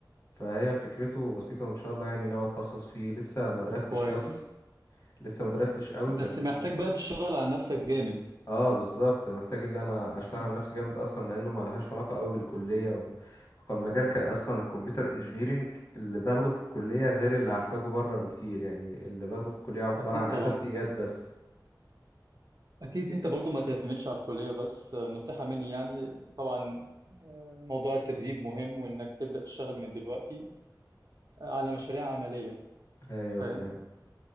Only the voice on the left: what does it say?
فهي فكرته بسيطة وان شاء الله يعني ناوي اتخصص فيه لسه ما درستش
قوي لسه ما درستش قوي
بس
اه بالظبط محتاج ان انا اشتغل
على نفسي جامد اصلا لانه ما لهاش علاقة قوي بالكلية و... كان مجال كان اصلا الكمبيوتر انجينيرينج اللي باخده في الكلية غير اللي هحتاجه بره بكتير يعني اللي باخده في الكلية عبارة
عن
اساسيات بس
ايوه
فاهم